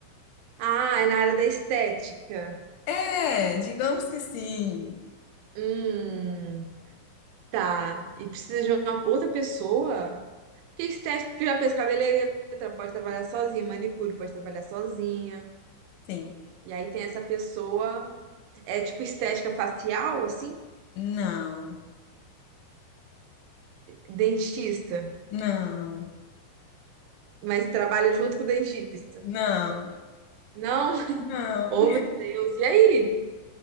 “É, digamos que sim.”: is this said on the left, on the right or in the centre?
Left